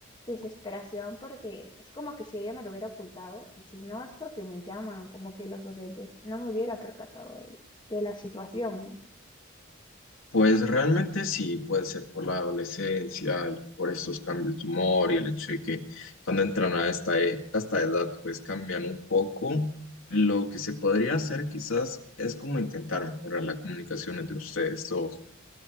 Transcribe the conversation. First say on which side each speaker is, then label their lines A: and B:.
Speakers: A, on the left; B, on the left.
A: desesperación porque es como que si ella me lo hubiera ocultado y si no es porque me llaman, como que los docentes no me hubiera percatado de, de la situación, ¿no?
B: Pues realmente sí, puede ser por la adolescencia y por estos cambios de humor y el hecho de que cuando entran a esta, e- a esta edad pues cambian un poco. Lo que se podría hacer quizás es como intentar mejorar la comunicación entre ustedes dos